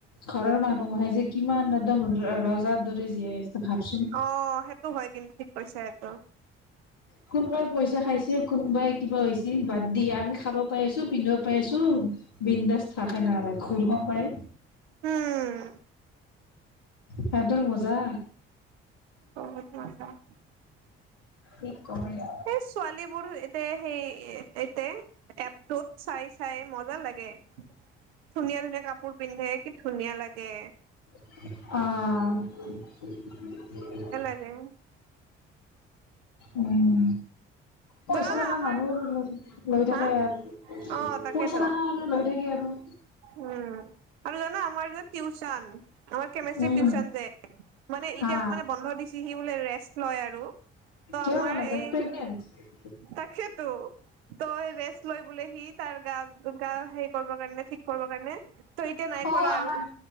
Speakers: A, on the left; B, on the right.
A: ঘৰৰ মানুহ নহয় যে কিমান এদম ৰ ৰজাৰ দৰে জীয়াই আছে ভাবচোন
B: অঁ সেটো হয় কিন্তু ঠিক কৈছা এটো।
A: কোনবাই পইচা খাইছে, কোনবাই কিবা হৈছি, বাদ দিয়া আমি খাব পাইছো পিন্ধিব পাৰিছো বিন্দাস থাক না ৰে ঘুৰবা পায়,
B: উম
A: সেঁতৰ মজা
B: <unintelligible>
A: কি কবি আৰ।
B: এই ছোৱালী বোৰ এতে সেই, এতে এপটোত চাই চাই মজা লাগে। ধুনীয়া ধুনীয়া কাপোৰ পিন্ধে, কি ধুনীয়া লাগে।
A: অহঁ।
B: <unintelligible>
A: উম। পইচা
B: জানানে
A: থাকা
B: আমাৰ
A: মানুহৰ লৈ লৈ
B: হা
A: থাকে আৰ।
B: অ তাকেতো
A: পইচা থাকা হলে লৈ থাকে আৰু।
B: উম। আৰু জানো আমাৰ যে টিউশন আমাৰ কেমিষ্ট্ৰিৰ
A: উম
B: টিউশন যে মানে এতিয়া
A: হা
B: মানে বন্ধ দিছে। সি বোলে ৰেষ্ট লয় আৰু। ত
A: কিহৰ
B: আমাৰ
A: কাৰণে তাই
B: এই
A: প্ৰেগ্নেণ্টছ্?
B: তাকেতো। ত' ৰেষ্ট লয় বোলে সি তাৰ গা গা হেৰি কৰিবৰ কাৰণে, ঠিক কৰিব কাৰণে। ত' এতিয়া নাই
A: অ
B: কৰা
A: আমাৰ
B: আৰু।